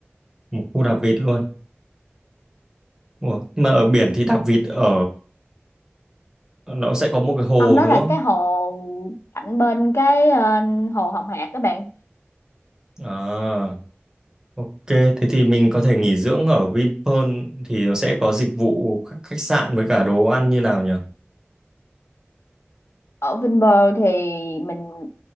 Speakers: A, on the right; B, on the left.
A: Một khu đạp vịt luôn Ủa, mà ở biển thì đạp vịt ở nó sẽ có một cái hồ
B: không đó
A: đúng
B: là
A: không
B: cái hồ cạnh bên cái ờ, hồ Hồng Hạc các bạn
A: à ok thế thì mình có thể nghỉ dưỡng ở Vinpearl thì nó sẽ có dịch vụ khách khách sạn với cả đồ ăn như nào nhỉ
B: ở Vinpearl thì mình